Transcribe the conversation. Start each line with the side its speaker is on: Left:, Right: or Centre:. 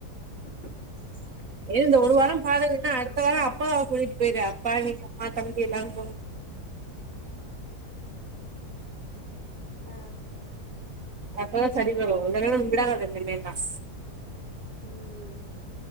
Left: ஹி ஹி ம்
Right: ஏ இந்த ஒரு வாரோ பாருங்கன்னா அடுத்த வாரோ அப் பாவ கூட்டிகிட்டு போயிரு அப்பா நீங் அம்மா தம்பி எல்லாம்
Left: <inaudible> ஆ
Right: அப்பதா செரி வரூ இல்லனா <unintelligible>
Left: ம்